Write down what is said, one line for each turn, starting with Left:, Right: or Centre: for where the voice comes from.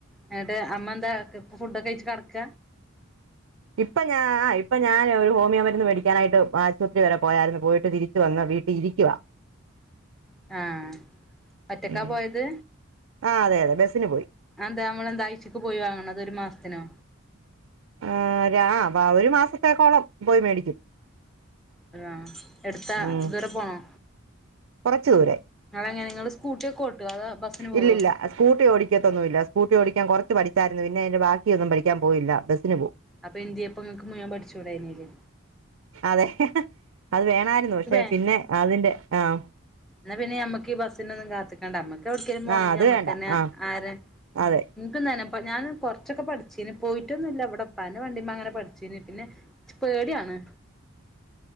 Centre: എന്നിട്ട് അമ്മ എന്താ ഇപ്പ ഫുഡൊക്കെ കഴച്ച് കടക്ക
Right: ഇപ്പൊ ഞാ ആ ഇപ്പൊ ഞാൻ ഒരു ഹോമിയോ മരുന്ന് മേടിക്കാനായിട്ട് ആശുപത്രി വരെ പോയായിരുന്നു പോയിട്ട് തിരിച്ചു വന്ന് വീട്ടിൽ ഇരിക്കുവാ
Centre: ആ ആഹ ഒറ്റക്കാ
Right: ഉം
Centre: പോയത്
Right: ആ അതെ അതെ ബസിന് പോയി
Centre: അന്താ നമ്മളെന്താഴ്ച്ചക്ക് പോയി വാങ്ങണ അത് ഒരു മാസത്തിനോ
Right: ആ രാ വ ഒരു മാസത്തേക്കോളം പോയി മേടിക്കും
Centre: അതാ എടുത്താ
Right: ഉം
Centre: ദൂരെ പോണോ
Right: കുറച്ചു ദൂരെ
Centre: നിങ്ങളെങ്ങനെ നിങ്ങള് സ്കൂട്ടിയൊക്കെ ഓട്ടോ അതോ ബസ്സിന് പോവോ
Right: ഇല്ലില്ല സ്കൂട്ടി ഓടിക്കത്തൊന്നുമല്ല സ്കൂട്ടി ഓടിക്കാൻ കൊറച്ച് പഠി ഠിച്ചാരുന്നു പിന്നെതിന്റെ ബാക്കിയൊന്നും പഠിക്കാൻ പോയില്ല ബസിന് പോവും
Centre: അപ്പൊ എന്ത്യയെപ്പം ങ്ങക്ക് മുങ്ങൻ പഠിച്ചൂടായില്.
Right: അതെ അത് വേണായിരുന്നു പക്ഷെ
Centre: ആഹ്
Right: പിന്നെ അതിന്റെ ആഹ
Centre: എന്നാ പിന്നെ നമ്മക്ക് ഈ ബസ്സിനൊന്നും കാത്തക്കണ്ടമ്മക്ക് <unintelligible> കരുമ്പോണെങ്കിൽ
Right: ആഹ് അത്
Centre: അമ്മക്കന്നെ
Right: വേണ്ട ആഹ്
Centre: ആര
Right: അതെ
Centre: നിനിക്കന്ന അപ്പ ഞാൻ കൊറച്ചൊക്കെ പഠിച്ചേന് പോയിട്ടൊന്നും ഇല്ല ഇവിടെപ്പാ വണ്ടിമ്മ അങ്ങനെ പഠിച്ചേന് പിന്നെ ഇച്ച് പേടിയാണ്